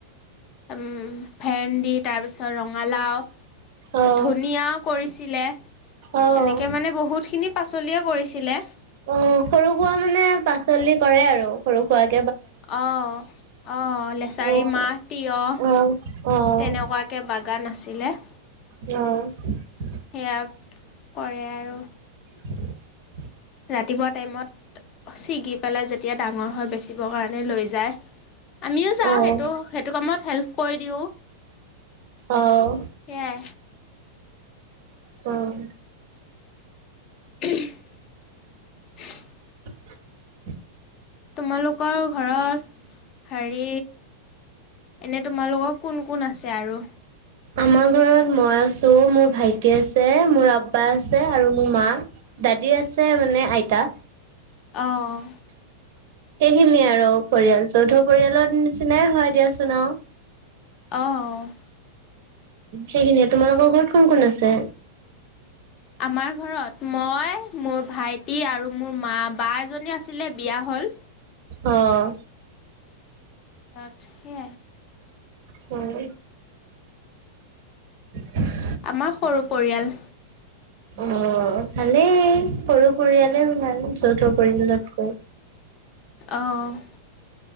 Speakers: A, on the left; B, on the right.
A: উ উম ভেণ্ডত তাৰপিছত ৰঙালাও
B: অ',
A: ধনিয়াও কৰিছিলে
B: অ',
A: এনেকৈ মানে বহুতখিনি পাচলিয়ে কৰিছিলে। ছিলে-
B: অ সৰু খুোৱা মানে পাচলি কৰে আৰু সৰু খুৱ
A: অ আহ লেচাৰী
B: অ',
A: মাহ তিয়হ
B: অ', অ', অ',
A: তেনেকুৱাকে বাগান আছে। <inaudible>
B: অ'
A: সেয়া কৰে আৰু
B: আৰু
A: ৰাতিপুৱা টাইমত ছিগি পেলাই যেতিয়া ডাঙৰ হয় বেচিবৰ কাৰণে লৈ যায় আমিও যাওঁ
B: অ'।
A: সেইটো সেইটো কামত হেল্প! কৰি'
B: আহ!
A: সেয়াই
B: অ'
A: <inaudible>
B: <inaudible>
A: তোমালোকৰ ঘৰত হেৰি এনে তোমালোকৰ কোন কোন আছে আৰু
B: আমাৰ ঘৰত মই আছো মোৰ ভাইটি আছে মোৰ আব্বা আছে আৰু মোৰ মা দাদী আছে মানে আইতা,
A: আহ!
B: সেইখিনিয় আৰু পৰিয়াল যৌথ পৰিয়ালৰ নিচিনাই হয় দিয়াচোন আৰু
A: আহ!
B: সেইখিনিয়ে তোমালোকৰ ঘৰত কোন কোন আছে।
A: আমাৰ ঘৰত মই মোৰ ভাইটি আৰু মোৰ মা বা এজনী আছে, ছিল বিয়া হ'ল।
B: অ',
A: চট সোই
B: উম <unintelligible>
A: আমাৰ সৰু পৰিয়াল
B: অ ভালেই সৰু পৰিয়ালেও ভাল যৌথ পৰিয়ালতকৈ
A: অঁ